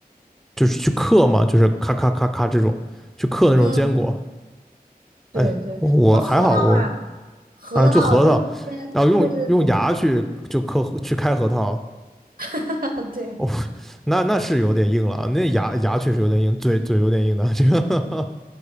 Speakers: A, in the centre; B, on the right.
A: 就是去嗑嘛，就是咔咔咔咔这种，去嗑那种坚果。
B: 嗯，对对，
A: 哎，我我还好，
B: 说核桃啊，
A: 我
B: 核桃就是有些，
A: 啊，就核桃，然后用用牙去就磕去开核桃，
B: 对对对，<laughs> 对
A: 哦，那那是有点硬了，那牙牙确实有点硬，嘴嘴有点硬的，这个